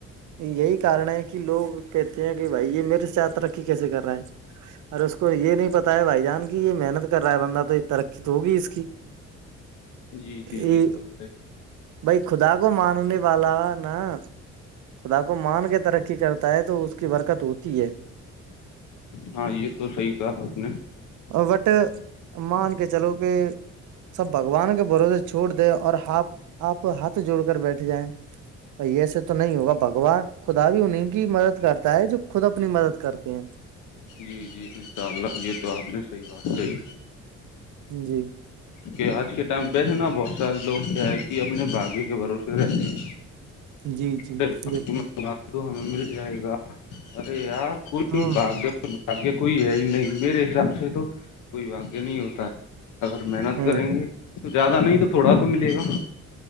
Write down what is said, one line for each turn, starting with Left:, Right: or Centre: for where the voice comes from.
Right: یہی کارن ہے کہ لوگ کہتے ہیں کہ بھائی یہ میرے سے ترقی کیسے کر رہا ہے ار اس کو یہ نہیں پتا ہے بھائی جان کی یہ محنت کر رہا ہے بندہ تو یہ ترقی تو ہوگی اس کی
Left: جی جی
Right: یہ
Left: تو ہے
Right: بائی خدا کو ماننے والا نا خدا کو مان کے ترقی کرتا ہے تو اس کی برکت ہوتی ہے
Left: ہاں یہ تو صحیح کہا آپ نے
Right: بٹ مان کے چلو کہ سب بگوان کے برو چھوڑ دیں اور ہپ آپ ہاتھ جوڑ کر بیٹھ جائیں ب ایسے تو نہیں ہوگا بگوان خودا بھی ہو نہیں کی مدد کرتا ہے جو خود اپنی مدد کرتے ہیں
Left: جی جی انشاء اللہ یہ تو آپ نے صحیح بات کہی
Right: جی
Left: کہ آج کے ٹائم بیسے نا بہت سارے لوگ کیا ہے کہ اپنے باغے کے بھروسے رہتے ہیں
Right: جی جی
Left: پم
Right: بالکل
Left: بنگال تو ہمیں مل جائے گا ارے یار کل
Right: ہاں
Left: بھی باگ باگیہ کوئی ہے ہی نہیں میرے حساب سے تو کوئی باگیہ نہیں ہوتا ہے اگر محنت
Right: ہوں
Left: کریں گے تو زیادہ نہیں تو تھوڑا تو ملے گا